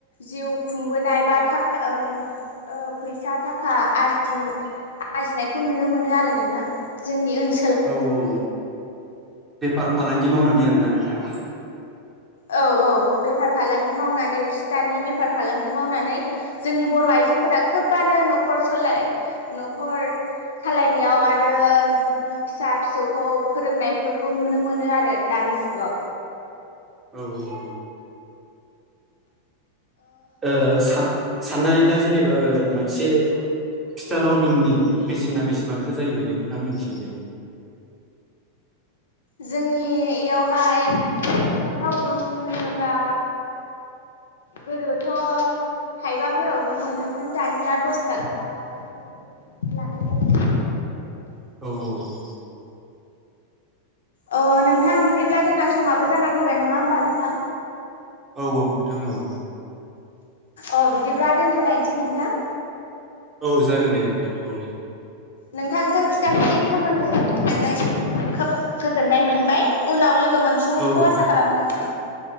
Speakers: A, on the left; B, on the right.
A: जिउ खुंबोनाय बा थाखाम ओब फैसा थाखा आदजिनो लाजिनायखौ नुनो मोनो आरो नोंथां जोंनि ओनसो
B: औ औ। बेफार फालांगि मावनानै आरोना नोंथां।
A: औ औ बेफार फालांगि मावनानै फिथानि बेफार फालांगि मावनानै जोंनि बर' आइजोफोरा खोबानो न'खर सोलाय न'खर सालायनायाव आरो फिसा फिसौखौ फोरोंनायफोरखौ नुनो मोनो आरो दानि जुगाव।
B: औ औ। ओ सान साननानै ला जेनेबा ओ मोनसे फिथा लावदुमनि बेसेना बेसेबांथो जायोबायदि नोंथां मिथि
A: जोंनि इयावहाय फिथा लावदुम होनोब्ला गोदोथ' थाइबाफोरावनो मोनोमोन दानिया दस थाखाखौ लानाय जायो।
B: औ - औ।
A: अ नोंथां बिदिब्ला जोंना समाबो जाना फैबाय नङा होमबा नोंथां।
B: औ औ नोंथां औ
A: अ बिदिब्ला दोनथ'लायनोसै नोंथां।
B: औ जागोन दे नोंथां औ
A: नोंथांजों फिथाइनि सोमोन्दै रायलायनानै सावरायनानै खोब गोजोननाय मोनबाय उनाव लोगो लोगो मोनफिनगोनखौ
B: औ
A: आसा खालामो नोंथां।